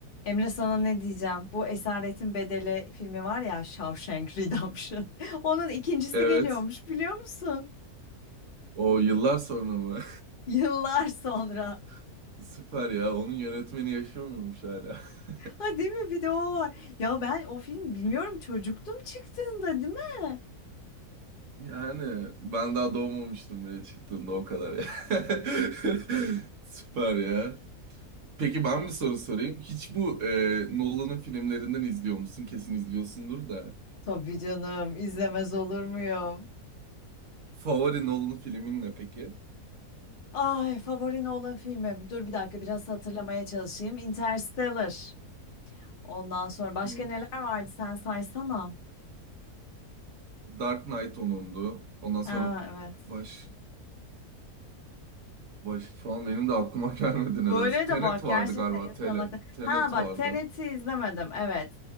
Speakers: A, on the left; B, on the right.
A: Emre sana ne diyeceğim? Bu Esaretin Bedeli filmi var ya Shawshank Redemption. <laughs> Onun ikincisi
B: Evet.
A: geliyormuş biliyor musun?
B: O yıllar sonra mı?
A: Yıllar sonra.
B: <laughs> Süper ya. Onun yönetmeni yaşıyor muymuş hala? <laughs>
A: Ha değil mi? Bir de o var. Ya ben o film bilmiyorum çocuktum çıktığında değil mi?
B: Yani ben daha doğmamıştım bile çıktığında o kadar ya. <laughs> Süper ya. Peki ben bir soru sorayım. Hiç bu e, Nolan'ın filmlerinden izliyor musun? Kesin izliyorsundur da.
A: Tabii canım izlemez olur muyum?
B: Favori Nolan filmin ne peki?
A: Ay favori olan filmim. Dur bir dakika biraz hatırlamaya çalışayım. Interstellar. Ondan sonra başka
B: Hı?
A: neler vardı sen saysana.
B: Dark Knight onundu. Ondan sonra
A: Ha evet.
B: baş baş şu an benim de aklıma <laughs> gelmedi
A: Böyle
B: nedense. Tenet
A: de bak gerçekten
B: vardı galiba.
A: insan
B: Tenet.
A: aklı.
B: Tenet
A: Ha bak
B: vardı.
A: Tenet'i izlemedim evet.